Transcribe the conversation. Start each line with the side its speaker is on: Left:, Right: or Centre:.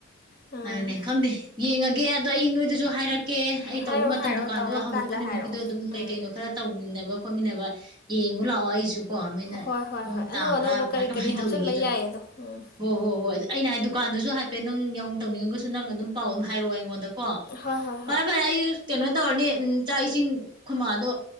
Left: ꯎꯝ
Right: ꯑꯗꯨꯅꯦ ꯈꯪꯗꯦ ꯌꯦꯡꯉꯒꯦ ꯑꯗꯣ ꯑꯩ ꯅꯣꯏꯗꯁꯨ ꯍꯥꯏꯔꯛꯀꯦ ꯑꯩ
Left: ꯍꯥꯏꯔꯛꯑꯣ
Right: ꯇꯧꯕ ꯃꯇꯝ
Left: ꯍꯥꯏꯔꯛꯑꯣ
Right: ꯗꯨꯀꯥꯟꯗꯣ
Left: ꯇꯧꯔꯛꯑꯀꯥꯟꯗ
Right: ꯍꫭꯡꯗꯣꯛꯄ ꯅꯨꯃꯤꯠꯀꯤꯗꫭ
Left: ꯍꯥꯏꯔꯛꯑꯣ
Right: ꯑꯗꯨꯝ
Left: ꯎꯝ
Right: ꯀꯩ ꯀꯩꯅꯣ ꯈꯔ ꯇꯧꯃꯤꯟꯅ ꯃꯤꯟꯅꯕ ꯈꯣꯠꯃꯤꯟꯅꯕ ꯌꯦꯡꯉꯨ ꯂꯥꯛꯑꯣ ꯑꯩ ꯁꯨ ꯀꯣ ꯅꯣꯏꯅ
Left: ꯍꯣꯏ ꯍꯣꯏ
Right: ꯃꯑꯣꯡ
Left: ꯍꯣꯏ
Right: ꯇꯥꯕ꯭ꯔꯥ
Left: ꯑꯅꯧ ꯑꯅꯧꯕ
Right: ꯀꯃꯥꯏ
Left: ꯀꯔꯤ
Right: ꯀꯃꯥꯏꯅ
Left: ꯀꯔꯤ
Right: ꯇꯧꯔꯤꯒꯦꯗ
Left: ꯍꯥꯞꯆꯤꯟꯕ ꯌꯥꯏ ꯑꯗꯣ ꯎꯝ
Right: ꯍꯣ ꯍꯣꯏ ꯍꯣꯏ ꯑꯗꯨ ꯑꯩꯅ ꯍꯥꯏ ꯗꯨꯀꯥꯟꯗꯨꯁꯨ ꯍꯥꯏꯄꯦꯠ ꯅꯪ ꯌꯥꯎ ꯇꯧꯅꯤꯡꯉꯒꯁꯨ ꯅꯪ ꯑꯗꯨꯝ ꯄꯥꯎ ꯑꯗꯨꯝ ꯍꯥꯏꯔꯛꯑꯣ ꯑꯩꯉꯣꯟꯗ ꯀꯣ
Left: ꯍꯣꯏ ꯍꯣꯏ
Right: ꯐꯔꯦ
Left: ꯍꯣꯏ
Right: ꯐꯔꯦ ꯑꯩ ꯀꯩꯅꯣ ꯇꯧꯔꯅꯤ ꯎꯝ ꯆꯥꯛ ꯏꯁꯤꯡ ꯈꫭꯏꯃꯥꯗꯣ